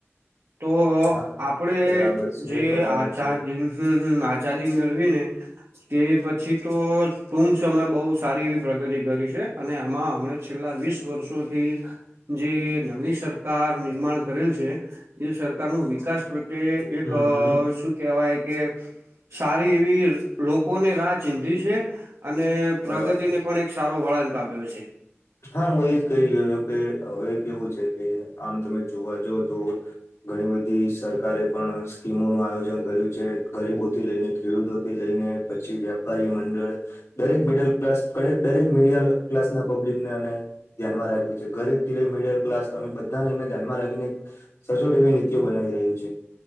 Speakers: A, on the right; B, on the left.
A: તો
B: હા
A: આપડે
B: બરાબર છે
A: જે
B: બરાબર
A: આચાર
B: છે
A: દિન હમ હમ આ ચાદી મળવી ને તે પછી તો ટૂંક સમય બહુ સારી એવી પ્રગતિ કરી છે અને એમાં હમણે છેલ્લા વીસ વર્ષોથી જે નવી સરકાર નિર્માણ કરેલ છે. એ સરકાર નું વિકાસ પ્રત્યે એક
B: હમ હમ
A: શુ કેવાય કે સારી એવી લોકો ને રાહ ચિંધી છે અને પ્રગતિને
B: બરાબર છે
A: પણ એક સારો વળાંક આપ્યો છે.
B: હા હું એજ કહી રહ્યો કે હવે કેવું છે કે આમ તમે જોવા જાવ તો ઘણી બધી સરકારે પણ સ્કીમોનું આયોજન કર્યું છે, ગરીબોથી લઈને ખેડૂતોથી લઈને પછી વેપારી મંડળ દરેક મિડલ ક્લાસ દરેક મિડિલ ક્લાસ ના પબ્લિક ને અને ધ્યાનમાં રાખ્યું છે, ગરીબ થી લઈ મીડલ ક્લાસ અ બધાને એમને ધ્યાનમાં રાખીને સચોટ એવી નીતિઓ બનાવી રહ્યું છે.